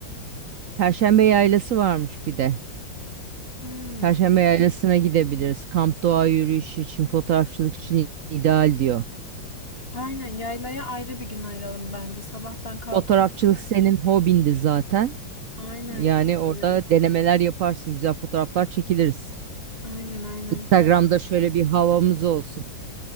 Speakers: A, on the right; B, on the left.
A: Perşembe yaylası varmış bir de.
B: Hmm,
A: Perşembe yaylasına gidebiliriz. Kamp doğa yürüyüşü için, fotoğrafçılık için ideal diyor.
B: aynen yaylaya ayrı bir gün ayıralım bence. Sabahtan kalkalım.
A: Fotoğrafçılık senin hobindi zaten.
B: Aynen
A: Yani
B: çok
A: orada
B: severim.
A: denemeler yaparsın, güzel fotoğraflar çekiliriz.
B: Aynen aynen.
A: Instagram'da
B: Ta-
A: şöyle bir havamız olsun.